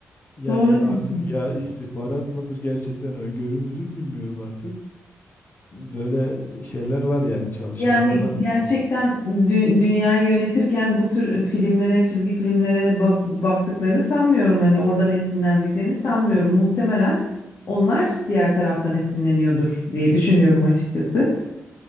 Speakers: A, on the left (about 45°); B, on the left (about 65°).
A: Yani
B: Doğru diyorsun.
A: artık ya istihbarat mıdır gerçekten öngörü müdür bilmiyorum artık. Böyle şeyler var yani çalışanlar
B: Yani
A: var
B: gerçekten
A: bu şey.
B: dü- dünyayı yönetirken bu tür filmlere, çizgi filmlere bak baktıklarını sanmıyorum. Hani oradan esinlendiklerini sanmıyorum. Muhtemelen onlar diğer taraftan esinleniyordur diye düşünüyorum açıkçası.